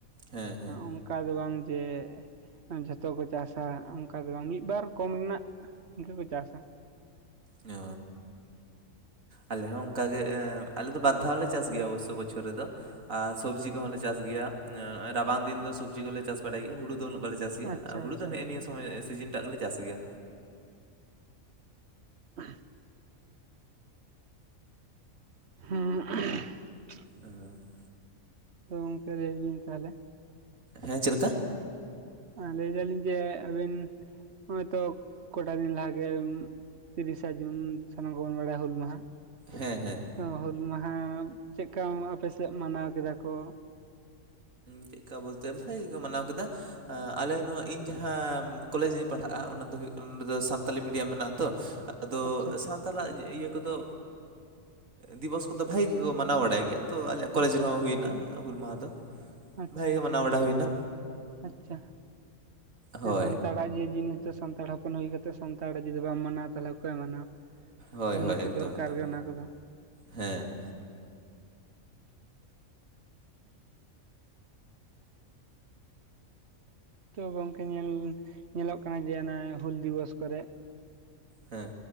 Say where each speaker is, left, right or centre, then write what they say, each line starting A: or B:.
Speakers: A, on the right; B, on the right.
A: ᱦᱮᱸ ᱦᱮᱸ
B: ᱚᱱᱠᱟ ᱫᱚ ᱵᱟᱝ ᱡᱮ ᱡᱷᱚᱛᱚ ᱠᱚ ᱪᱟᱥᱟ ᱚᱱᱠᱟ ᱫᱚ ᱵᱟᱝ ᱢᱤᱫ ᱵᱟᱨ ᱠᱚᱢ ᱨᱮᱱᱟᱜ ᱤᱱᱠᱟᱹ ᱠᱚ ᱪᱟᱥᱟ,
A: ᱚ ᱟᱞᱮ ᱦᱚᱸ ᱚᱱᱠᱟ ᱜᱮ ᱟᱞᱮ ᱫᱚ ᱵᱟᱨ ᱫᱷᱟᱣ ᱞᱮ ᱪᱟᱥ ᱜᱮᱭᱟ ᱚᱵᱚᱥᱥᱳᱚ ᱵᱚᱪᱷᱚᱨ ᱨᱮᱫᱚ ᱟᱨ ᱥᱚᱵᱡᱤ ᱠᱚᱦᱚᱸᱞᱮ ᱪᱟᱥ ᱜᱮᱭᱟ ᱨᱟᱵᱟᱝ ᱫᱤᱱ ᱫᱚ ᱥᱚᱵᱽᱡᱤ ᱠᱚᱞᱮ ᱪᱟᱥ ᱵᱟᱲᱟᱭ ᱜᱮᱭᱟ ᱦᱩᱲᱩ ᱫᱚ ᱩᱱᱟᱹᱜ ᱵᱟᱞᱮ ᱪᱟᱥ ᱪᱟᱥ ᱜᱮᱭᱟ
B: ᱟᱪᱪᱷᱟ
A: ᱟᱨ ᱦᱩᱲᱩ
B: ᱟᱪᱪᱷᱟ
A: ᱫᱚ ᱱᱮᱜᱼ ᱱᱤᱭᱟᱹ ᱥᱚᱢᱚᱭ ᱥᱤᱡᱤᱱ ᱴᱟᱜ ᱜᱮᱞᱮ ᱪᱟᱥ ᱜᱮᱭᱟ
B: <inaudible> <unintelligible>
A: ᱟᱨ <inaudible>
B: ᱛᱚ ᱜᱚᱢᱠᱮ ᱞᱟᱹᱭ ᱵᱤᱱ ᱛᱟᱦᱚᱞᱮ
A: ᱦᱮᱸ ᱪᱮᱫ ᱞᱮᱠᱟ
B: ᱞᱟᱹᱭ ᱫᱟᱞᱤᱧ ᱡᱮ ᱟᱹᱵᱤᱱ ᱦᱚᱸᱜ-ᱚᱭ ᱛᱚ ᱠᱚᱴᱟ ᱫᱤᱱ ᱞᱟᱦᱟᱜᱮ ᱛᱤᱨᱤᱥᱟ ᱡᱩᱱ ᱥᱟᱱᱟᱢ ᱠᱚᱵᱚᱱ ᱵᱟᱲᱟᱭᱟ ᱦᱩᱞ ᱢᱟᱦᱟ
A: ᱦᱮᱸ ᱦᱮᱸ
B: ᱛᱚ ᱦᱩᱞ ᱢᱟᱦᱟᱸ ᱪᱮᱫᱠᱟ ᱟᱯᱮᱥᱮᱫ ᱢᱟᱱᱟᱣ ᱠᱮᱫᱟ ᱠᱚ᱾
A: ᱪᱮᱫ ᱞᱮᱠᱟ ᱵᱚᱞᱛᱮ ᱵᱷᱟᱜᱮ ᱠᱚ ᱢᱟᱱᱟᱣ ᱠᱮᱫᱟ᱾ ᱟᱞᱮ ᱱᱚᱣᱟ ᱤᱧ ᱡᱟᱦᱟᱸ ᱠᱚᱞᱮᱡᱽ ᱤᱧ ᱯᱟᱲᱦᱟᱜᱼᱟ᱾ ᱚᱱᱟ ᱫᱚ ᱦᱩᱭᱩᱜ ᱠᱟᱱᱟ᱾ ᱱᱚᱰᱮ ᱫᱚ ᱥᱟᱱᱛᱟᱞᱤ ᱢᱤᱰᱤᱭᱟᱢ ᱢᱮᱱᱟᱜᱼᱟ ᱛᱚ ᱟᱫᱚ
B: ᱟᱪᱪᱷᱟ
A: ᱥᱛᱟᱞᱟᱜ ᱤᱭᱟᱹ ᱠᱚᱫᱚ ᱫᱤᱵᱚᱥ ᱠᱚᱫᱚ ᱵᱷᱟᱜᱮ ᱜᱮᱠᱚ ᱢᱟᱱᱟᱣ ᱵᱟᱲᱟᱭ ᱜᱮᱭᱟ᱾ ᱛᱚ ᱟᱞᱮ ᱠᱚᱞᱮᱡᱽ
B: ᱟᱪᱪᱷᱟ
A: ᱨᱮᱦᱚᱸ ᱦᱩᱭ ᱮᱱᱟ ᱦᱩᱞ ᱢᱟᱦᱟᱸ ᱫᱚ᱾
B: ᱟᱪᱪᱷᱟ
A: ᱵᱷᱟᱜᱮ ᱜᱮ ᱢᱟᱱᱟᱣ ᱵᱟᱲᱟ ᱦᱩᱭᱱᱟ
B: ᱟᱪᱪᱷᱟ
A: ᱦᱳᱭ
B: ᱥᱟᱱᱛᱟᱲᱟᱜ ᱡᱮ ᱡᱤᱱᱤᱥ ᱫᱚ ᱥᱟᱱᱛᱟᱲ ᱦᱚᱯᱚᱱ ᱦᱩᱭ ᱠᱟᱛᱮᱫ ᱥᱟᱱᱛᱟᱲ ᱡᱩᱫᱤ ᱵᱟᱢ ᱢᱟᱱᱟᱣᱟ, ᱛᱟᱦᱚᱞᱮ ᱚᱠᱚᱭᱮ ᱢᱟᱱᱟᱣᱟ᱾
A: ᱦᱳᱭ
B: ᱱᱤᱦᱟᱹᱛ
A: ᱦᱳᱭ ᱮᱠᱫᱚᱢ
B: ᱫᱚᱨᱠᱟᱨ
A: ᱮᱠᱫᱚᱢ
B: ᱜᱮ ᱚᱱᱟ ᱠᱚᱫᱚ᱾
A: ᱦᱮᱸ
B: ᱜᱚᱝᱠᱮ ᱧᱮᱞ ᱧᱮᱞᱚᱜ ᱠᱟᱱᱟ᱾ ᱡᱮ ᱦᱩᱞ ᱫᱤᱵᱚᱥ ᱠᱚᱨᱮᱜ
A: ᱦᱮᱸ